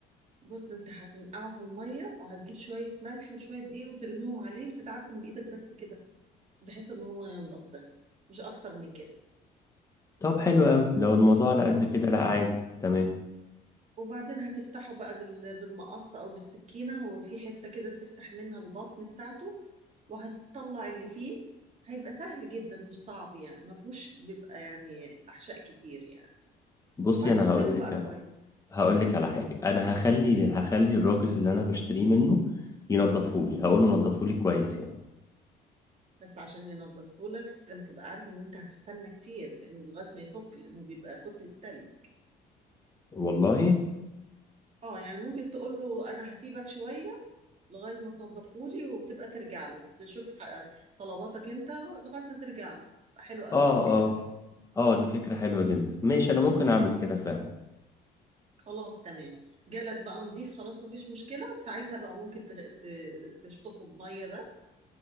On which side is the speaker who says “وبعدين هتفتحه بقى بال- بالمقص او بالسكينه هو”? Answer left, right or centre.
Right